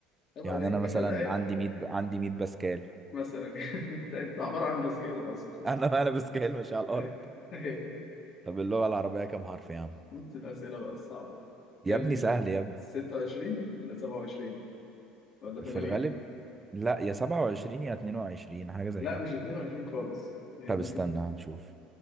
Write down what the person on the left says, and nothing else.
عيب
عليك
انا عارف
مثلا <laughs> انت انت عباره عن باسكال اصلا
أيوة. أيوه.
نفس الأسئلة بقى الصعبة
كام
دي؟
26 ولا 27 ولا 8
لا
مش 22 خالص هي
ممكن